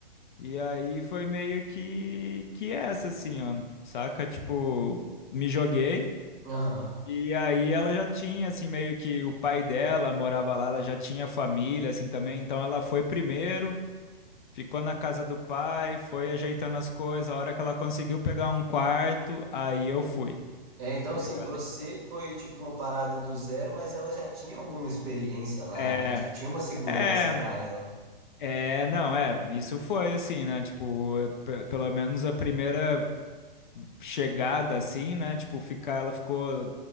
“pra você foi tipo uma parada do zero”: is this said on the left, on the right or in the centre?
Right